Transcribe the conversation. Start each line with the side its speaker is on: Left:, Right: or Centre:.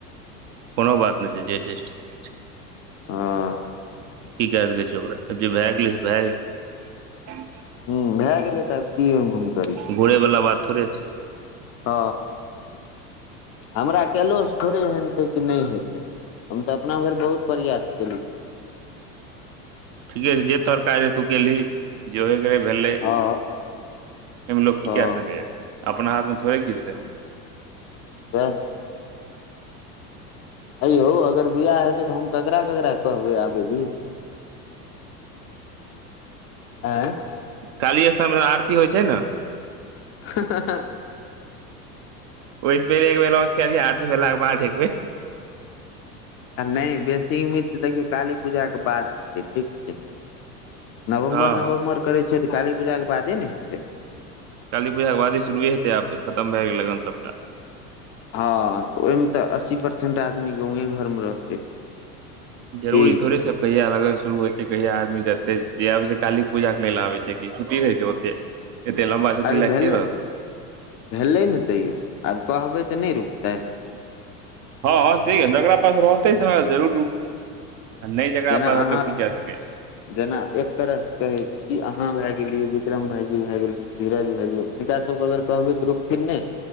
Right: कोनो बात नहि छै जे छै ठीक छै
Left: हँ
Right: की कऽ सकै छि ओकरा जे भए गेलै भए गेलै
Left: हू भए गेलै तऽ आब की ओहिमे हम करिए
Right: घूरे वला बात थोड़े छै
Left: ह हमरा केलो से थोड़े एहन छै कि नहि हेतै हम तऽ अपना भरि बहुत प्रयास केलिए
Right: ठीके छै जे तोहर काज रहे तू कलही जे होे गेलै भेलै एहिमे
Left: हँ
Right: लोकोग की
Left: हँ
Right: क सकै ह अपना हाथ में थोड़े किछु छैय
Left: उहाय नऽ एयौ अगर बिियाह हेतै तऽ हम ककरा ककरा कहब आबे नऽ यो <unintelligible>
Right: काली स्थान मे आरती होय छैय नऽ
Left: हँ-हँ-हँ
Right: ओहि से पहिले एक बेर एनाउंस कय दैही आरती भेलाके बाद एक बेर
Left: आ नहि बेसी उम्मीद तऽ देखियौ काली पूजाके बाद हेतै ठीक छै नवम्बर
Right: हँ हँ
Left: नवम्बर करै छैय तऽ काली पूजाके बादे नऽ हेतै
Right: काली पूजाके बादे शुरुए हेतै आब तऽ खतम भए गेलै लगन सबटा
Left: हँ तऽ ओहिमे तऽ अस्सी परसेंट आदमी गाँवें घर मे रहतै की
Right: जरूरी थोड़े छैय कहिया लगन शुरू हेतइ कहिया आदमी जेतय जे आबै छैय काली पूजा के लेल आबै छैय कि छुट्टी रहै छैय ओते एते लम्बा छुट्टी
Left: अरे
Right: लए
Left: भेलै
Right: के रहतै
Left: भेलै ने तैयो आब कहबै तऽ नहि रुकतै
Right: हँँ हँ से किये जकरा पास रहतै समय तकरा जरूर आ नहि जकरा
Left: जेना
Right: पास रहतै
Left: अहाँ
Right: ओ की कए सकै
Left: जेना एक तरह से कहै ई अहाँ भऽ गेलियै इ बिक्रम भाईजी भऽ गेल धीरज भाईजी हिनका सभके अगर कहबय तऽ रुकथिन नहि